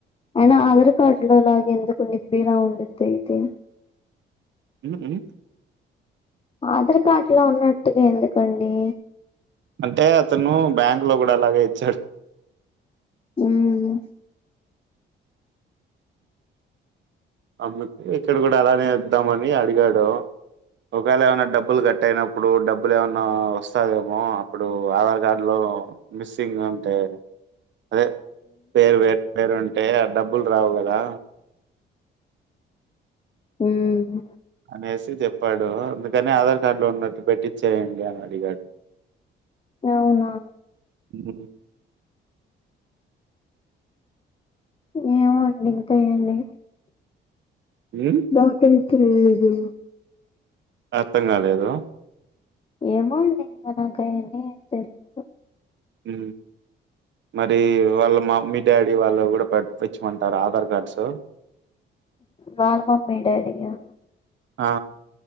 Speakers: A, on the left (about 30°); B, on the right (about 65°).
A: అయిన
B: ఉమ్.
A: ఆరు కడ్లో లాగ ఎందుకు నిబ్బిలా ఉండిద్ధైతే.
B: ఉమ్.
A: ఆధార్ కార్డు లో ఉన్నట్టుగా ఎందుకండి.
B: అంటే అతను బ్యాంక్ లో కూడా అలాగే ఇచ్చాడు.
A: ఉమ్.
B: అందుకు ఇక్కడ కూడా అలానే ఇద్దామని అడిగాడు. ఒకవేళ ఏమైన్నా డబ్బులు కట్ అయినప్పుడు డబ్బులు ఏమన్నా వస్తదేమో అప్పుడు ఆధార్ కార్డులో. మిస్సింగ్ అంటే. అదే పేరు వేరు పేరు ఉంటే ఆ డబ్బులు రావు కదా.
A: ఉమ్.
B: అనేసి చెప్పాడు అందుకని ఆధార్ కార్డు లో ఉన్నట్టు పెట్టించేయండి అని అడిగాడు. <inaudible>
A: అవునా.
B: ఉమ్.
A: ఏమోండి ఇంతేయండి.
B: ఉమ్.
A: బాగా తిన్ తిన్ లేదు.
B: అర్థం కాలేదు
A: ఏమో అండి ఇంకా నాకయన్ని తెలీదు
B: ఉ మరి వాళ్ళ మామ్మీ డాడీ వాళ్ళు కూడా పెట్టిచ్చమంటారు ఆధార్ కార్డ్స్
A: వాళ్ళ మమ్మీ డాడీయా
B: ఆ